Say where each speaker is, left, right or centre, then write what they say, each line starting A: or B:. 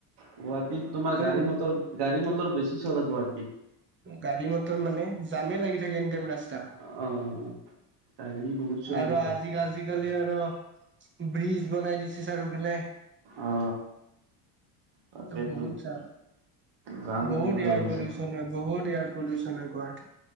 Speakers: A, on the right; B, on the right.
A: গুৱাহাটীত তোমাৰ
B: তুম
A: গাড়ী মটৰ গাড়ী ম ত বেছি চালাগিবা
B: গাড়ী মটৰ মানে জামে লাগি থাকে এনি টাইম ৰাস্তা
A: অ গাড়ী বহুত চলি
B: আৰু
A: থাকে।
B: আজি আজিকালি আৰু ব্ৰীজ বনাই দিছে ছাৰফালে
A: অ তাকেইতো
B: বহুত ছাৰ
A: জাম
B: বহুত ইয়াৰ
A: হৈ
B: পলচন
A: আছে।
B: হয় বহুত ইয়াৰ লচ ন গুৱাহাটী